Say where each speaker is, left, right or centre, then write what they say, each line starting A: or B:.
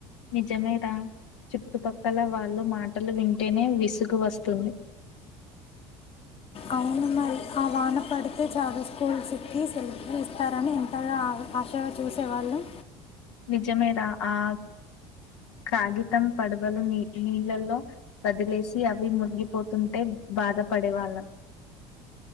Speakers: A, on the left; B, on the left.
A: నిజమే రా చుట్టుప క్కల వాళ్ళు మాటలు వింటేనే విసుగు వస్తుంది
B: అవును మరి ఆ వాన పడితే చాలు స్కూల్స్ కి <unintelligible> ల్ ఇస్తారని ఎంతగా ఆశగా చూసేవాళ్ళం
A: నిజమే రా ఆ కగితం పడు లు నీ నీళ్ళలో వదిలేసి అవి మునిగిపోతుంటే బాధ పడే వాళ్ళం